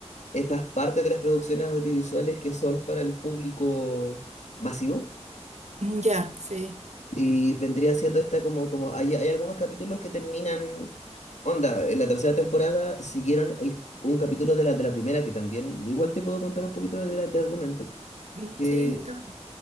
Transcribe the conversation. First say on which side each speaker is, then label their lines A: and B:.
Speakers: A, on the left; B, on the right.
A: estas partes de las producciones audiovisuales que son para el público masivo.
B: Ya, sí.
A: Y vendría siendo esta como, como hay, hay algunos capítulos que terminan, onda, en la tercera temporada siguieron el, un capítulo de la, de la primera que también, igual te puedo contar un poquito de la, del argumento,
B: Mm,
A: que
B: Sí, ta-